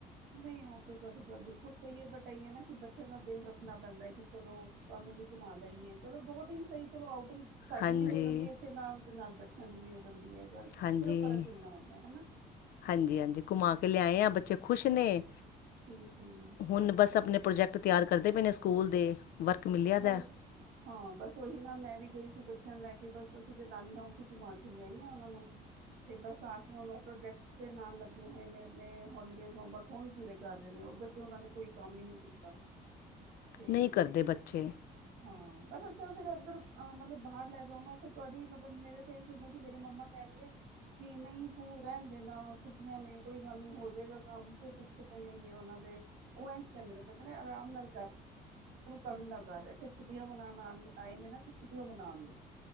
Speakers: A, on the right; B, on the left.
A: ਨਹੀਂ, ਉਹ ਤਾਂ ਤੁਹਾਡੀ ਗੱਲ ਬਿਲਕੁਲ ਸਹੀ ਐ ਬਟਈ ਹੈ ਨਾ ਕਿ ਬੱਚਿਆਂ ਦਾ ਦਿਲ ਰੱਖਣਾ ਪੈਂਦਾ ਹੈ ਕਿ ਚਲੋ ਤੁ ਨੂੰ ਵੀ ਘੁੰਮਾ ਲਈਏ ਚਲੋ ਦੋ ਦਿਨ ਸਹੀ ਚਲੋ ਆ ਸਾਡੀ
B: ਹਾਂਜੀ
A: ਵੀ ਹੋ ਜਾਂਦੀ ਐ ਏਸੇ ਨਾਲ ਤੇ ਨਾਲ ਬੱਚਿਆਂ ਦੀ ਵੀ ਹੋ ਜਾਂਦੀ ਐ। ਚੱਲ
B: ਹਾਂਜੀ
A: ਸਿਰਫ ਫਰਕ ਕਿੰਨਾ ਹੁੰਦਾ। ਹਨਾ।
B: ਹਾਂਜੀ ਹਾਂਜੀ ਘੁਮਾ ਕੇ ਲਿਆਏ ਆ ਬੱਚੇ ਖੁਸ਼ ਨੇ।
A: ਹੂੰ ਹੂੰ
B: ਹੁਣ ਬਸ ਆਪਣੇ ਪ੍ਰੋਜੈਕਟ ਤਿਆਰ ਕਰਦੇ ਪਏ ਨੇ ਸਕੂਲ ਦੇ ਵਰਕ ਮਿਲਿਆ ਦਾ
A: ਬਸ, ਹਾਂ, ਬਸ ਉਹੀ ਨਾ ਮੈਂ ਵੀ ਗਈ ਸੀ। ਲੈ ਕੇ ਬਸ ਅਸੀਂ ਤੇ ਨਾਨੀ ਹਾਊਸ ਚ ਘੁਮਾ ਕੇ ਲਿਆਈ ਹਾਂ। ਉਹਨਾਂ ਨੂੰ ਤੇ ਬਸ ਆ ਕੇ ਉਹਨਾ ਪ੍ਰੋਜੈਕਟਸ ਦੇ ਨਾਲ ਲੱਗੇ ਹੋਏ ਨੇ। ਆਪਣੇ ਹੋਲੀਡੇਜ਼ ਹੋਮਵਰਕ ਹੁਣ ਪੂਰੇ ਕਰ ਰਹੇ ਨੇ। ਬੱਚੇ ਉਹਨਾਂ ਨੇ ਕੋਈ ਕੰਮ ਹੀ ਨਹੀਂ ਕੀਤਾ। ਤੇ
B: ਨਹੀਂ ਕਰਦੇ ਬੱਚੇ-
A: ਹਾਂ ਬਸ ਅੱਛਾ, ਫੇਰ ਉਧਰ ਮਤਲਬ ਬਾਹਰ ਲੈ ਜਾਣਾ। ਫੇਰ ਤੁਹਾਡੀ ਮਤਲਬ ਮੇਰੇ ਤੇ ਇਹ ਹੁੰਦਾ। ਕਿ ਮੇਰੇ ਮਮਾ ਕਹਿਣਗੇ। ਕਿ ਨਹੀਂ ਤੂੰ ਰਹਿਣ ਦੇ ਨਾ ਛੁੱਟੀਆਂ ਨੇ ਕੋਈ ਗੱਲ ਨੀ ਹੋ ਜਾਏਗਾ ਕੰਮ ਤੇ ਪਿੱਛੇ ਪਈ ਹੋਈ ਹੈ। ਉਹਨਾਂ ਦੇ ਉਹ ਇਨ ਚ ਕਹਿੰਦੇ ਨੇ। ਕਹਿੰਦੇ ਨੇ ਆਰਾਮ ਨਾਲ ਕਰ ਤੰਗ ਨਾਲ ਇੇ ਛੱਟੀਆਂ ਮਨਾਉਣ ਆਉਣ ਆਏ ਨੇ ਨਾ ਤੇ ਛੁੱਟੀਆਂ ਮਨਾਉਣ ਗੇ।